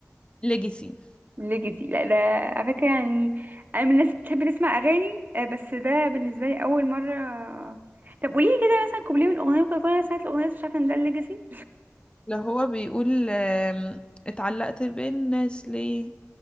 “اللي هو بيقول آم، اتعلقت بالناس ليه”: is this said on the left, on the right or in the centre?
Left